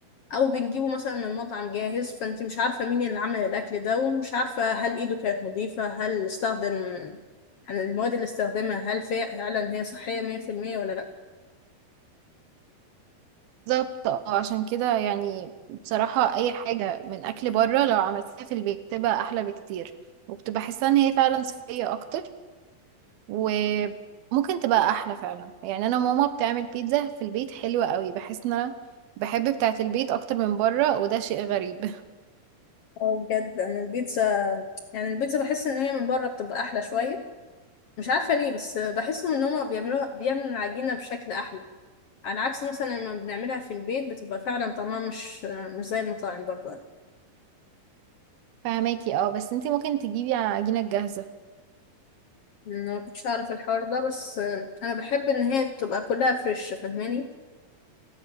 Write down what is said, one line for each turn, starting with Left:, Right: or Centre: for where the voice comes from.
Left: او بنجيبه مثلا من مطعم جاهز فانت مش عارفه مين اللي عمل الاكل ده ومش عارفه هل ايده كانت نظيفه هل استخدم يعني المواد اللي استخدمها هل فعلا هي صحيه 100% ولا لا
Right: بالظبط اه عشان كده يعني بصراحة اي حاجة من اكل بره لو عملتها في البيت بتبقى احلى بكتير وبتبقى حاسة ان هي فعلا صحية اكتر وممكن تبقى احلى فعلا يعني انا ماما بتعمل بيتزا في البيت حلوة قوي بحس ان انا بحب بتاعة البيت اكتر من بره وده شيء غريب <laughs>
Left: اه بجد انا البيتزا يعني البيتزا بحس ان هي من بره بتبقى احلى شويه مش عارفه ليه بس بحس ان هما بيعملوها بيعملوا العجينه بشكل احلى على عكس مثلا لما بنعملها في البيت بتبقى فعلا طعمها مش مش زي المطاعم برضو انا
Right: فهماكي اه بس انتي ممكن تجيبي عجينة جاهزة
Left: أنا ما كنتش اعرف الحوار ده بس انا بحب ان هي تبقى كلها فريش فاهماني